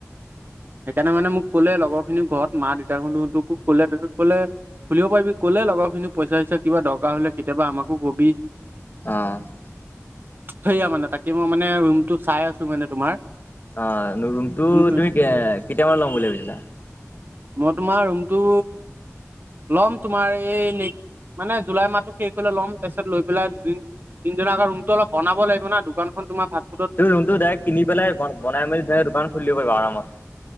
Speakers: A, on the right; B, on the left.
A: সেইকাৰণে মানে মোক ক'লে লগৰ খিনি ঘৰত মা দেউতাহঁতোকো কলে তাৰিছত কলে খুলিব পাৰিবি কলে লগৰ খিনি পইচা, পইচা কিবা দৰকাৰ হলে কেতিয়াবা আমাকো কবি।
B: অঁ। <unintelligible>
A: সেইয়া মানে তাকে মই মানে ৰুমটো চাই আছোঁ মানে তোমাৰ। <unintelligible>
B: অঁ! ৰুমটো
A: কোনটো,
B: তুমি কে কেতিয়া মানে ল'ম বুলি ভাবিছিলা? <unintelligible>
A: মই তোমাৰ ৰুমটো লম তোমাৰ এই ন <unintelligible> মানে জুলাই মাহটো শেষ হ'লে ল'ম তাৰপিছত লৈ পেলাই দুদিন <unintelligible> তিনদিনৰ আগত ৰুমটো অলপ বনাব লাগিব না, দোকানখন তোমাৰ ভাল <unintelligible>
B: তুমি ৰুমটো ডাইৰেক্ট কিনি পেলাই বনাই মেলি <unintelligible> দোকান খুলি দিব পাৰিবা আৰামত।